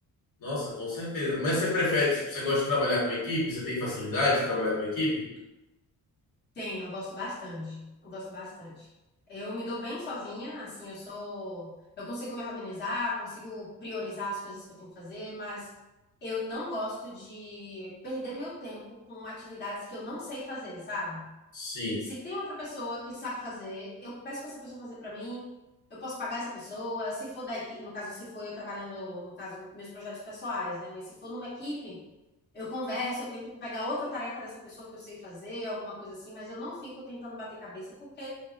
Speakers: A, on the left; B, on the left.
A: nossa, com certeza. Mas você prefere, tipo, você gosta de trabalhar com equipe? Você tem facilidade de trabalhar com equipe?
B: Tem, eu gosto bastante. Eu gosto bastante. Eu me dou bem sozinha, assim, eu sou, eu consigo me organizar, consigo priorizar as coisas que eu tenho que fazer, mas eu não gosto de perder meu tempo com atividades que eu não sei fazer, sabe?
A: Sim.
B: Se tem outra pessoa que sabe fazer, eu peço para essa pessoa fazer para mim. Eu posso pagar essa pessoa. Se for da equipe, no caso, se for eu trabalhando, no caso, meus projetos pessoais, né? Mas se for numa equipe, eu converso, eu tento pegar outra tarefa dessa pessoa que eu sei fazer, alguma coisa assim, mas eu não fico tentando bater cabeça, porque,